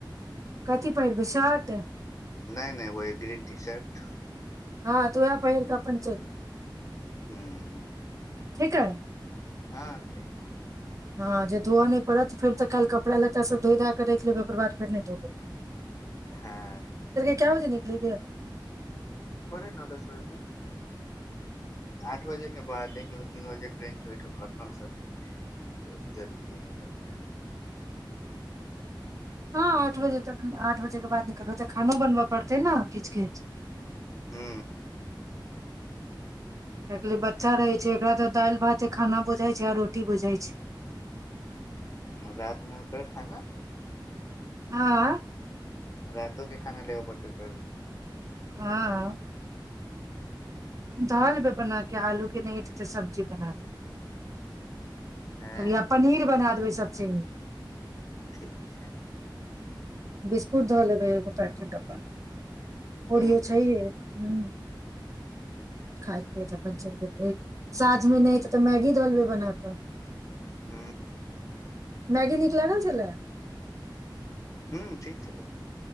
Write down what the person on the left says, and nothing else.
नहि नहि व एक ग्रीन टी शर्ट
ह्म ह
हँ ठीक छै
हँ
बड़े नेद सत आठ बजे के ब आते कि तीन बजे ट्रन च वेठ लखनउसँ त जल्दीए निकलबे ह
हू
रात मे उकर खाना
रातो के खाना लेबो पड़त ओकर
हँ
ठीक छै
ह
ह
हूँ ठीक छलै